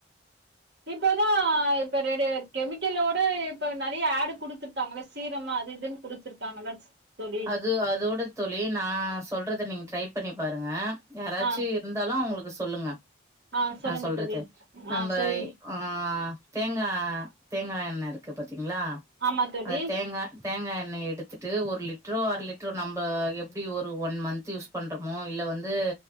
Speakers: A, on the right; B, on the right.
A: இப்பதா இப்ப ரெ கெமிக்கல் ஓட டு இப்ப நெறைய ஆட் கொடுத்திருக்காங்கள சீரமு அது இதுன்னு குடுத்துருக்காங்கள தோழி
B: அது அதோட தோழி நா சொல்றது த நீங்க ட்ரை பண்ணி பாருங்க யாராச்சு
A: ஆ
B: இருந்தாலு அவங்களுக்கு சொல்லுங்க
A: ஆ சொல்லுங்க
B: நா சொல்றது
A: தோழி
B: நம்ம
A: ஆ சரிங்க
B: ஆஹ் தேங்கா தேங்கா எண்ண இருக் கு பாத்தீங்களா
A: ஆமா தோழி
B: அந்த தேங்கா தேங்கா எண் ணய எடுத்துட்டு ஒரு லிட்ரோ அரை லிட்ரோ நம்ம எப்டி ஒரு ஒன் மந்த்த் யூஸ் பண்றோமோ இல்ல வந்து